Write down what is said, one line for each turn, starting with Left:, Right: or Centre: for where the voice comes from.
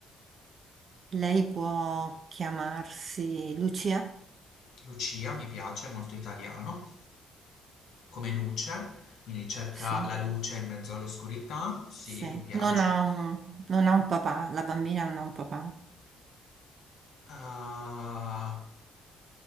Right: Lei può chiamarsi Lucia?
Left: Lucia mi piace, è molto italiano. Come luce, quindi cerca
Right: Sì,
Left: la luce in mezzo all'oscurità. Sì,
Right: sì.
Left: mi piace.
Right: Non ha un, non ha un papà, la bambina non ha un papà.
Left: Ah,